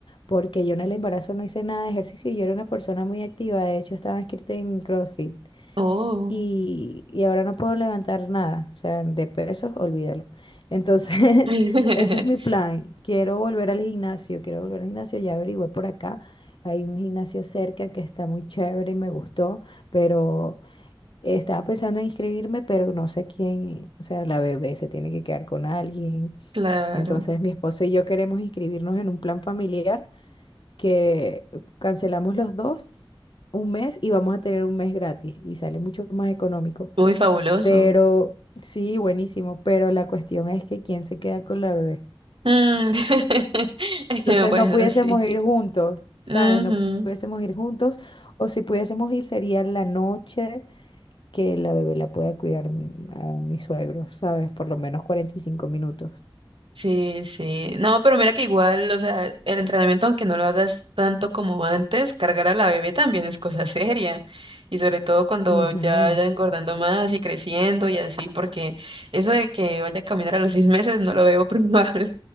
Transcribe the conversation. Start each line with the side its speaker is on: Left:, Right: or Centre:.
Left: porque yo en el embarazo no hice nada de ejercicio y yo era una persona muy activa, de hecho estaba inscrita en CrossFit.
Right: Oh,
Left: y, y ahora no puedo levantar nada, o sea, de pesos, olvídalo. Entonces, <laughs>
Right: <laughs>
Left: ese es mi plan. Quiero volver al gimnasio, quiero volver al gimnasio, ya averigüé por acá. Hay un gimnasio cerca que está muy chévere y me gustó, pero estaba pensando en inscribirme, pero no sé quién, o sea, la bebé se tiene que quedar con alguien.
Right: claro,
Left: Entonces, mi esposo y yo queremos inscribirnos en un plan familiar que cancelamos los dos un mes y vamos a tener un mes gratis y sale mucho más económico.
Right: muy fabuloso.
Left: Pero sí, buenísimo, pero la cuestión es que quién se queda con la bebé.
Right: Mm. <laughs>
Left: Entonces
Right: Bueno,
Left: no pudiésemos
Right: sí.
Left: ir juntos, ¿sabes?
Right: Ujú.
Left: No pudiésemos ir juntos, o si pudiésemos ir sería la noche que la bebé la pueda cuidar mm, a mi suegro, ¿sabes? Por lo menos cuarenta y cinco minutos.
Right: Sí, sí. No, pero mira que igual, o sea, el entrenamiento, aunque no lo hagas tanto como antes, cargar a la bebé también es cosa <laughs> seria. Y sobre todo cuando
Left: Ujú.
Right: ya vaya engordando más y creciendo y así, porque eso de que vaya a caminar a los seis meses no lo veo <laughs> probable.